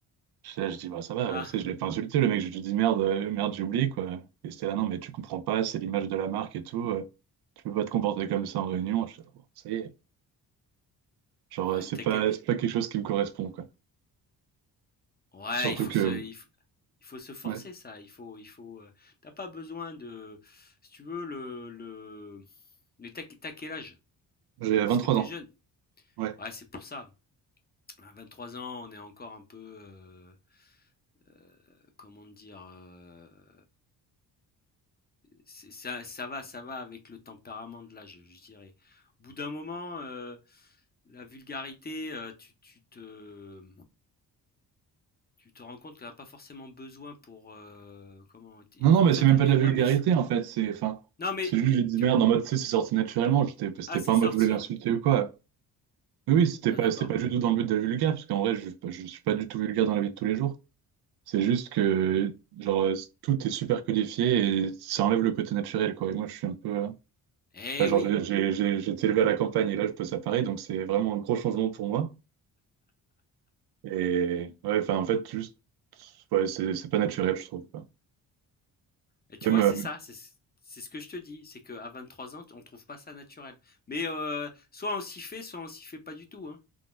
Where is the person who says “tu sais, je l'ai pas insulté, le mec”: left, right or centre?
Right